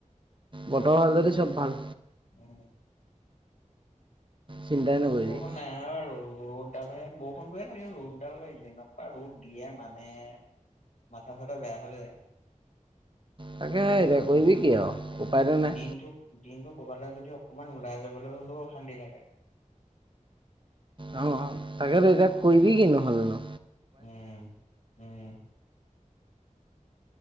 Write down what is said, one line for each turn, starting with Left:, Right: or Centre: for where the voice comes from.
Right: বতৰ ভাল যদি চব ভাল।
Left: অ,
Right: চিন্তাই নকৰিবি।
Left: বৰষুণ নাই ৰ'দডালহে বৰষুণটোয়ে লাগে ৰ'দডাল লাগনেকুৱা ৰ'দ দিয়ে মানে, মাথা চাথা বেয়া হ যায়।
Right: তাকে এয়া কৰিবি কি আৰু? উপায়তো নাই
Left: দিনটো দিনটো ক'বালে যদি অকমান ওলাই যাবলৈ হ'লেও অশান্তি লাগে।
Right: অ, তাকে তো এতি কৈবি কিনো হ'ল নো?
Left: উম, উম,